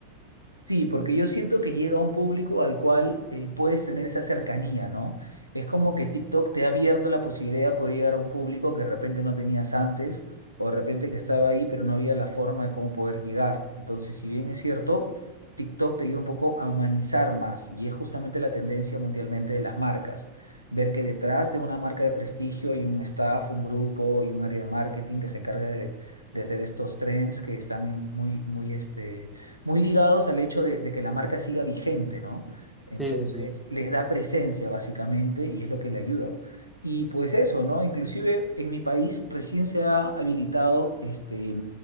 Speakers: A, on the left (about 80°); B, in the centre.
A: Sí, porque yo siento que llega a un público al cual eh, puedes tener esa cercanía, ¿no? Es como que TikTok te ha abierto la posibilidad de poder llegar a un público que de repente no tenías antes, o de repente que estaba ahí, pero no había la forma de cómo poder llegar. Entonces, si bien es cierto, TikTok te ayuda un poco a humanizar más, y es justamente la tendencia mundialmente de las marcas. Ver que detrás de una marca de prestigio hay un staff, un grupo y un área de marketing que se encarga de, de hacer estos trends que están en- muy, muy, este muy ligados al hecho de, de que la marca siga vigente, ¿no? Entonces,
B: Sí, sí, sí,
A: les da presencia básicamente y es lo que le ayuda. Y pues eso, ¿no? Inclusive en mi país recién se ha habilitado, este,